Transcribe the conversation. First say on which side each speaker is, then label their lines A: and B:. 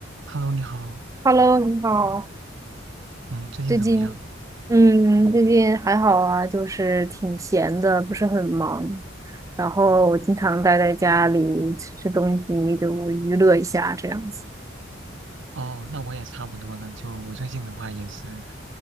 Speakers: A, on the right (about 65°); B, on the right (about 15°).
A: Hello，你好，
B: Hello，你好。
A: 嗯，最近怎么样？
B: 最近，嗯，
A: 嗯
B: 最近还好啊，就是挺闲的，不是很忙。然后我经常待在家里吃吃东西，
A: 嗯，
B: 就娱乐一下这样子。
A: 哦，那我也差不多呢。就我最近的话，也是